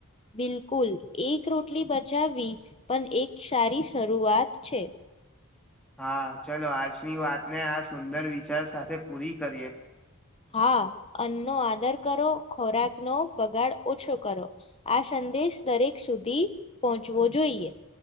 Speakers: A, on the left; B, in the centre.
A: બિલકુલ એક રોટલી બચાવવી પણ એક સારી શરૂઆત છે
B: હા ચલો આજની વાતને આ સુંદર વિચાર સાથે પૂરી કરીએ
A: હા અન્નનો આદર કરો ખોરાકનોો બગાડ ઓછો કરો આ સંદેશ દરેક સુધી પહોંચવો જોઈએ